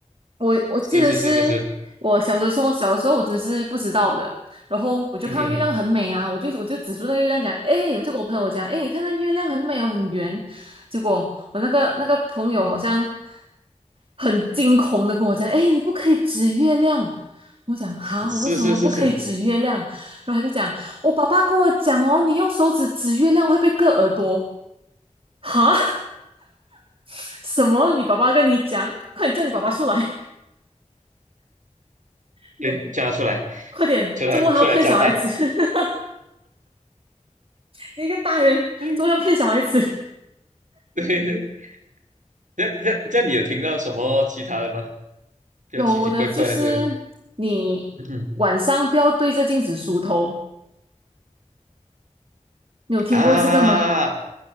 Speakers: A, on the right; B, on the right.
A: 我我记得是我小的时候，
B: 是是是是是，
A: 小的时候我真是不知道的。然后我就看到月亮很美啊，
B: 嗯哼哼，
A: 我就我就指住那个月亮讲，哎，我就跟我朋友讲，哎，你看那月亮很美哦，很圆。结果我那个那个朋友好像很惊恐的跟我讲：“哎，你不可以指月亮。”我讲：“哈，
B: 是是是是，
A: 我为什么不可以指月亮？”然后他就讲：“我爸爸跟我讲哦，你用手指指月亮会被割耳朵。”哈，<laughs> 什么？你爸爸跟你讲？快点叫你爸爸出来！那个，
B: 对，叫他出来，
A: 快点，
B: 出来出来交代。
A: 周末还要骗小孩子？
B: <laughs>
A: <laughs> 你一个大人，
B: 嗯，
A: 周末要骗小孩子？
B: 对对。那那那你有听到什么其他的吗？比较奇奇怪怪的这个，
A: 有的就是你晚上不要对着镜子梳头，
B: 嗯哼
A: 你有听过这个吗？
B: 啊，呃